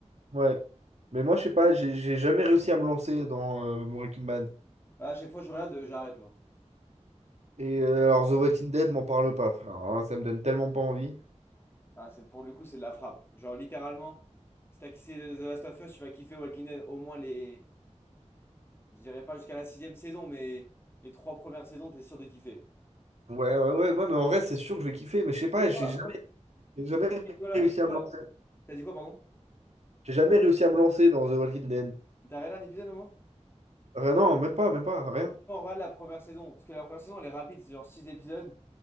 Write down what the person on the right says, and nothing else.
Ouais. Mais moi, je sais pas, j'ai j'ai jamais réussi à me lancer dans euh, Breaking Bad.
Et euh, alors, The Walking Dead, m'en parle pas, frère. Alors là, ça me donne tellement pas envie.
Ouais, ouais, ouais, ouais, mais en vrai, c'est sûr que je vais kiffer. Mais je
sais pas,
j'ai jamais,
j'ai jamais
réussi
à me
lancer.
J'ai jamais réussi à me lancer dans The Walking Dead.
Ah non, même pas, même pas, rien.